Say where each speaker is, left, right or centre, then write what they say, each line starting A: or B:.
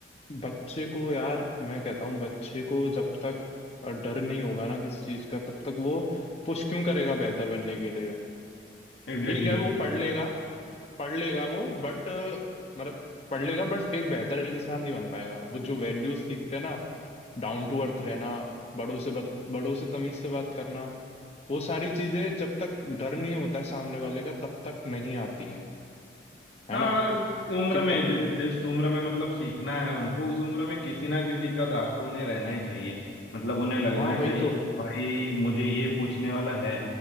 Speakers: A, on the left; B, on the left.
A: बच्चे को यार मैं कहता हूँ बच्चे को जब तक अ, डर नहीं होगा ना किसी चीज का तब तक वो पुश क्यों करेगा बेहतर बनने के लिए
B: एग्जैक्टली
A: ठीक है वो पढ़ लेगा पढ़ लेगा वो बट मतलब पढ़ लेगा बट एक बेहतर इंसान नहीं बन पाएगा वो जो वैल्यूज सीखते हैं ना डाउन टू अर्थ रहना बड़ों से बत, बड़ों से तमीज से बात करना वो सारी चीजें जब तक डर नहीं होता है सामने वाले का तब तक नहीं आती हैं है
B: हाँ
A: ना
B: और इस उम्र
A: कि
B: में
A: तब
B: जि, जिस उम्र में मतलब सीखना है उनको उस उम्र में किसी ना किसी का दाग तो उन्हें रहना ही चाहिए मतलब उन्हें लगना
A: हाँ वही
B: चाहिए
A: तो
B: कि भाई मुझे ये पूछने वाला है